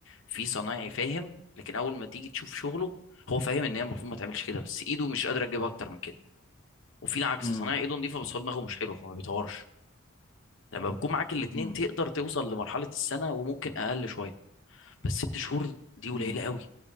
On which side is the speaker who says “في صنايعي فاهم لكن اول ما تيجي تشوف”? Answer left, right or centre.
Left